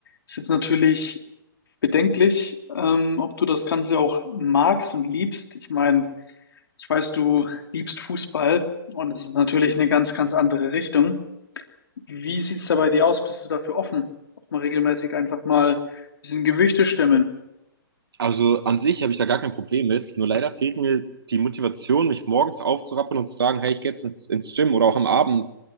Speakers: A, on the left; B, on the right.
A: Ist jetzt natürlich bedenklich, ähm, ob du das Ganze auch magst und liebst. Ich meine, ich weiß, du liebst Fußball und es ist natürlich eine ganz, ganz andere Richtung. Wie sieht es da bei dir aus? Bist du dafür offen? Auch mal regelmäßig einfach mal ein bisschen Gewichte stemmen.
B: Also an sich habe ich da gar kein Problem mit. Nur leider fehlt mir die Motivation, mich morgens aufzurappeln und zu sagen, hey, ich gehe jetzt ins, ins Gym oder auch am Abend.